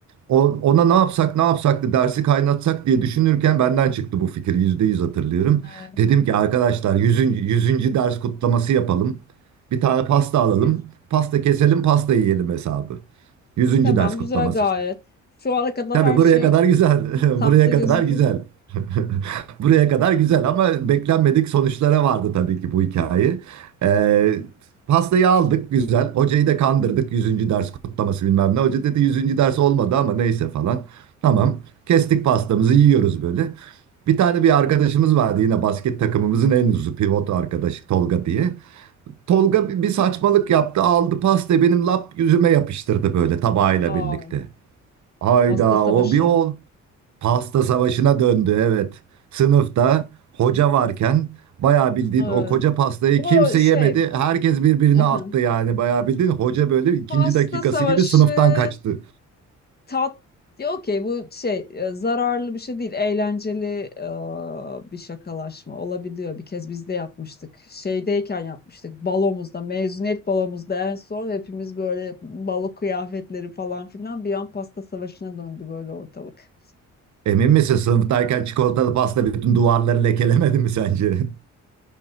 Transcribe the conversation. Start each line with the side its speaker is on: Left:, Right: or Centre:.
Right: O- Ona ne yapsak ne yapsaktı dersi kaynatsak diye düşünürken benden çıktı bu fikir. Yüzde yüz hatırlıyorum.
Left: evet.
Right: Dedim ki arkadaşlar yüzüncü 100. ders kutlaması yapalım. Bir tane pasta alalım.
Left: Yüz.
Right: Pasta keselim pasta yiyelim hesabı. yüzüncü
Left: Tamam,
Right: ders kutlaması
Left: güzel gayet.
Right: işte.
Left: Şu ana kadar
Right: Tabii
Left: her
Right: buraya
Left: şey
Right: kadar güzel.
Left: tatlı
Right: <laughs> Buraya kadar
Left: gözüküyor.
Right: güzel. <laughs> Buraya kadar güzel ama beklenmedik sonuçlara vardı tabii ki bu hikaye. Ee, pastayı aldık güzel. Hocayı da kandırdık yüzüncü ders kutlaması bilmem ne. Hoca dedi yüzüncü ders olmadı ama neyse falan. Tamam. Kestik pastamızı yiyoruz böyle. Bir tane bir arkadaşımız vardı yine basket takımımızın en uzuzu pivot arkadaşı Tolga diye. Tolga bir bir saçmalık yaptı aldı pastayı benim lap yüzüme yapıştırdı böyle tabağıyla
Left: <laughs> Aa,
Right: birlikte. Hayda
Left: pasta savaşı.
Right: o bir o Pasta savaşına döndü evet. Sınıfta hoca varken bayağı bildiğin
Left: Evet.
Right: o koca pastayı
Left: O
Right: kimse
Left: şey,
Right: yemedi. Herkes birbirine
Left: aha.
Right: attı yani bayağı bildiğin hoca böyle ikinci
Left: pasta
Right: dakikası
Left: savaşı
Right: gibi sınıftan kaçtı.
Left: tat Ya okey bu şey e, zararlı bir şey değil. Eğlenceli e, bir şakalaşma olabiliyor. Bir kez biz de yapmıştık. Şeydeyken yapmıştık. Balomuzda, mezuniyet balomuzda en son hepimiz böyle balo kıyafetleri falan filan bir an pasta savaşına döndü böyle ortalık.
Right: Emin misin sınıftayken çikolatalı pasta bütün duvarları lekelemedi mi sence? <laughs>